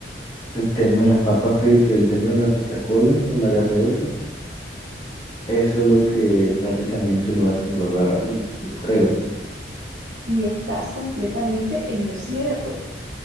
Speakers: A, on the left (about 20°); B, on the right (about 80°).
A: el tema de las papas fritas y el tema de la Coca-Cola o la gaseosa, eso es lo que prácticamente lo hace engordar a uno, yo creo.
B: Y estás completamente en lo cierto.